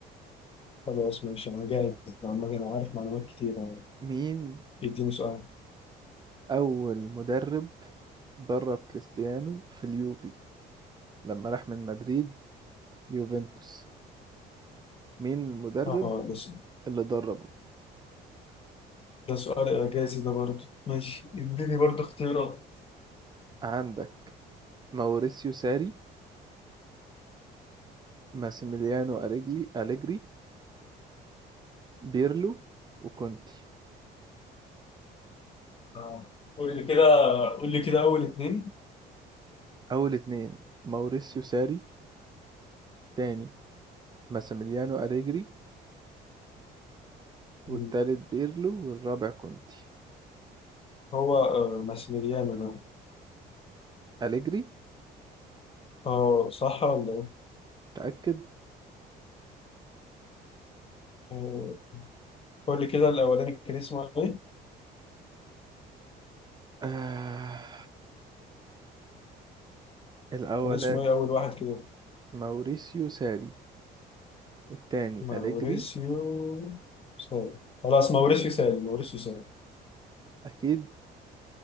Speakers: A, on the left (about 35°); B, on the right (about 25°).
A: خلاص ماشي انا جاهز عامة انا عارف معلومات كتير يعني
B: <laughs> مين
A: اديني سؤال
B: أول مدرب درب كريستيانو في اليوفي لما راح من مدريد ليوفنتوس مين المدرب
A: اه ده س-
B: اللي دربه
A: ده سؤال اعجازي ده برضه ماشي اديني برضه اختيارات
B: عندك ماوريسيو ساري ماسيميليانو أريجلي أليجري بيرلو وكونتي
A: آه. قول لي كده قول لي كده اول اتنين
B: أول اتنين ماوريسيو ساري تاني ماسيميليانو أليجري والتالت
A: مم.
B: بيرلو والرابع كونتي
A: هو آه، ماسميليانو ده
B: أليجري
A: اه صح ولا ايه؟
B: متأكد
A: آه، قول لي كده الاولاني كان اسمه ايه؟
B: آه. الأولاني
A: كان اسمه ايه اول واحد كده؟
B: ماوريسيو ساري التاني
A: ماوريسيو
B: أليجري
A: سال خلاص ماوريسيو سال ماوريسيو سال
B: أكيد